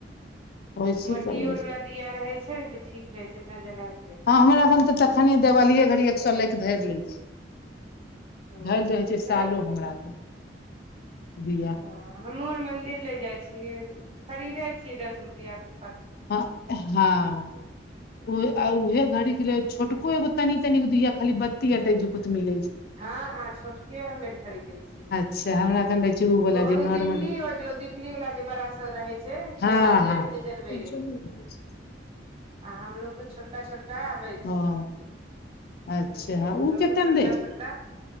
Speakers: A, on the right; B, on the left.
A: <inaudible>
B: ओहि से
A: म मट्टियों
B: करै छै
A: अर वाला दीया रहै छै न तऽ ठीक रहै छैय तऽ जल कऽ रैख
B: हँ हमराखन तऽ तखने देवालीेये घड़ी एक सौ लै कऽ धरि लै छी
A: हँ
B: <inaudible> धैल रहै छै
A: नहि
B: सालो हमरा तऽ <inaudible> दिया
A: हँ हमहुँ अर मंदिर ले जाइ छियै खरीदैय छियै दस रुपया कऽ
B: ह हँ <unintelligible> आ उह घड़ गेल छोटको एगो तनी तनी दिया खाली बत्ती ओटै जुकूत मिलै छै
A: हँ हँ छोट केँ हम अर खरीदैय छियै
B: से हमरा सन रहै छै ओ वला
A: तोहरो
B: जे
A: ओ
B: नॉर्मल
A: दीपली हो गेलो दीपली वाला जे बड़ा सब रहे छै
B: हँ
A: देवाली आर मे जे जलबै
B: <unintelligible>
A: रहियै आ हमलोग कऽ छोटका छोटका आबै
B: ओ
A: छैय
B: अच्छा
A: हं नै
B: हँ
A: हमलोग
B: ओ केतेमे
A: को छोटका छोटका